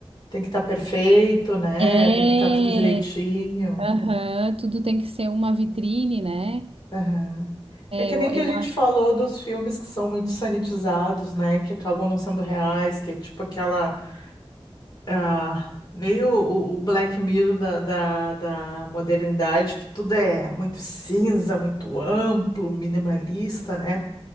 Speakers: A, on the left; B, on the right.
A: Tem que estar perfeito, né?
B: É!
A: Tem que estar tudo direitinho.
B: Aham, tudo tem que ser uma vitrine, né?
A: Aham.
B: É,
A: É que
B: eu,
A: nem que
B: eu
A: a gente
B: acho.
A: falou dos filmes que são muito sanitizados, né? Que acabam não sendo reais, que é tipo aquela. ah, meio o, o Black Mirror da, da, da modernidade, que tudo é muito cinza, muito amplo, minimalista, né?